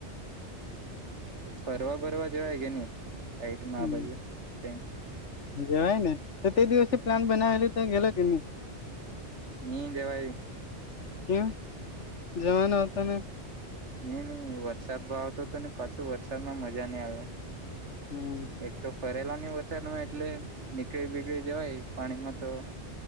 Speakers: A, on the right; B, on the left.
A: ફરવા બરવા જવાય કે ની આઈટમાં
B: હમ
A: આ બાજુ <unintelligible>
B: જવાય ને તો તે દિવસે પ્લાન બનાવેલી તો ગેલો કેની
A: ની જવાયુ
B: કેમ જવાનો હતો ને
A: ની ની વરસાદ બો આવતો હતો ને પાછું વરસાદ માં મજા નઈ આવે
B: હમ્મ
A: એક તો ફરેલા ની વરસાદ માં એટલે નીકળી બીકળી જવાય પાણીમાં તો